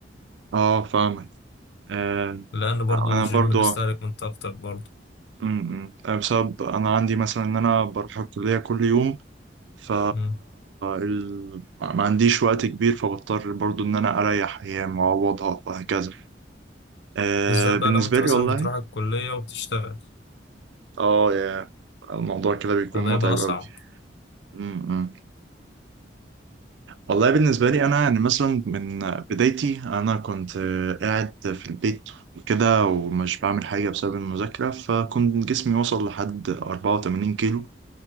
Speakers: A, on the right (about 80°); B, on the left (about 70°).
A: أه فاهمك آه،
B: لأن برضو
A: انا
B: الجيم
A: برضو
B: بيستهلك من طاقتك برضو
A: امم امم. آه، بسبب انا عندي مثلا ان انا بروح الكليه كل يوم ف
B: مم.
A: ال- ما عنديش وقت كبير فبضطر برضو ان انا اريح ايام واعوضها وهكذا آه
B: بالذات
A: بالنسبه
B: بقى لو أنت
A: لي
B: مثلا
A: والله
B: بتروح الكلية وبتشتغل
A: اه يا الموضوع كده بيكون
B: فده
A: متعب
B: يبقى أصعب
A: قوي امم امم. والله بالنسبه لي انا يعني مثلا من بدايتي انا كنت قاعد في البيت كده ومش بعمل حاجه بسبب المذاكره فكنت جسمي وصل لحد 84 كيلو